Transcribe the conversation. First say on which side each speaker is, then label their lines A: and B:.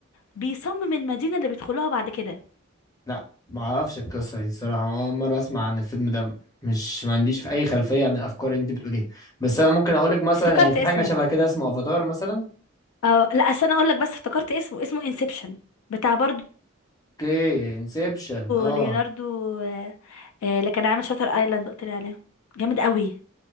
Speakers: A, on the left; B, on the left.
A: بيصمم المدينة اللي بيدخلوها بعد كده
B: لا ما اعرفش القصه دي الصراحه اول مره اسمع عن الفيلم ده مش ما عنديش في اي خلفيه عن الافكار اللي انت بتقوليها بس انا ممكن اقول لك مثلا
A: افتكرت
B: يعني في
A: اسمه
B: حاجه شبه كده اسمه افاتار مثلا
A: اه لا أصل أنا أقول لك بس افتكرت اسمه اسمه انسبشن بتاع برضو
B: اوكي انسبشن اه
A: ليوناردو آه، آه، اللي كان عامل شاتر ايلاند قلت لي عليه جامد قوي